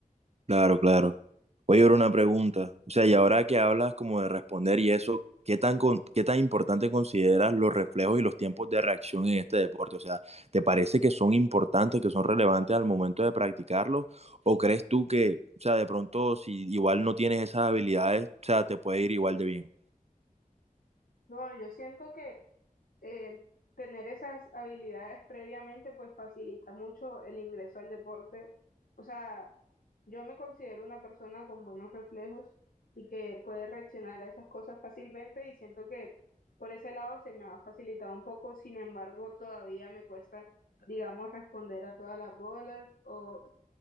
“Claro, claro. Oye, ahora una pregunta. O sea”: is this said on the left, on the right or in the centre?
Right